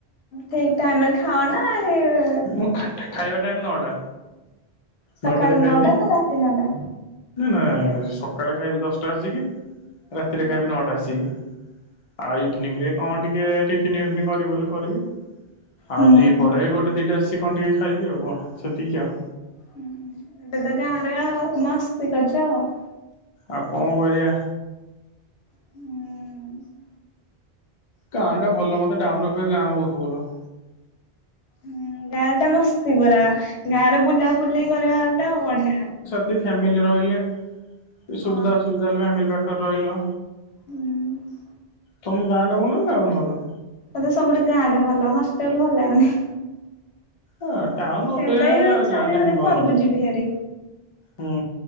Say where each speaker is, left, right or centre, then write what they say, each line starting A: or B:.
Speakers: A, on the left; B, on the left.
A: ଠିକ୍ ଟାଇମ୍ ରେ ଖାଅ ନା ଇଏ
B: ମୁଁ ଖା ଖାଇବା ଟାଇମ୍ ନଅଟା
A: ସକାଳ
B: ନଅଟାରେ ଖାଇବି
A: ନଅଟା ନା ରାତି ନଅଟା?
B: ନାଏ ସକାଳେ ଖାଇବି ଦଶଟାସିକି ରାତିରେ
A: ହଁ
B: ଖାଇବି ନଅଟା ଏସିକି ଆଉ ଇଭିନିଂ ରେ କଣ ଟିକେ ଟିପ ଟିଫିନ୍ ଫିପିନ୍ କରିବି ବୋଲେ କରିବି ଆଉ
A: ହୁଁ।
B: ଦିହି ପହରେ ଗୋଟେ ଦିଟା ଆସିକି କଣ ଟିକେ ଖାଇବି ଆଉ କଣ ସେତିକି ଆଉ।
A: ହୁଁ, ହୁଁ ଏବେ ତ ଗାଁରେ ଆଉ ମସ୍ତି କରଛ ଆଉ।
B: ଆଉ କଣ କରିବା?
A: ହୁଁ।
B: ଗାଁ ଟା ଭଲ ମତେ ଟାଉନ ଅପେକ୍ଷା ଗାଁ ବହୁତ ଭଲ।
A: ହୁଁ ଗାଁ ଟା ମସ୍ତି ପୁରା ଗାଁରେ ବୁଲା ବୁଲି କରିବାଟା ବଢିଆ।
B: ଏ ଫ୍ୟାମିଲି ରହିଲେ
A: ହଁ
B: ସୁବିଧା ଅସୁବିଧା ହେଲେ ଫାମିଲ ପାଖରେ ରହିଲ।
A: ହୁଁ।
B: ତମକୁ ଗାଁଟା ଭଲନାଁ ଟାଉନ ଭଲ?
A: ମତେ ସବୁଠୁ ଗାଁଟା ଭଲ ହଷ୍ଟେଲ ଭଲଲଗୁନି।
B: ଅ ଟାଉନ
A: ସେଥିପାଇଁ
B: ଅପକ୍ଷା
A: ଇଚ୍ଛା
B: ଗାଁଟା
A: ହଉଛି ଖାଲି
B: ହିଁ ଭଲ।
A: ଘରକୁ ଯିବି ହାରି।
B: ହୁଁ